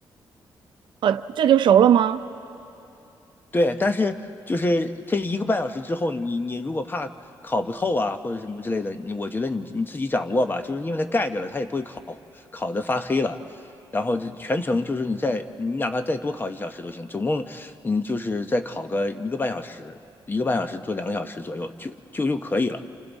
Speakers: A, on the right; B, on the left.
A: 呃，这就熟了吗？
B: 对，但是就是这一个半小时之后，你你如果怕烤不透啊，或者什么之类的，你我觉得你你自己掌握吧，就是因为它盖着了，它也不会烤烤的发黑了。然后这全程就是你再你哪怕再多烤一小时都行，总共你就是再烤个一个半小时，一个半小时做两个小时左右就就就可以了。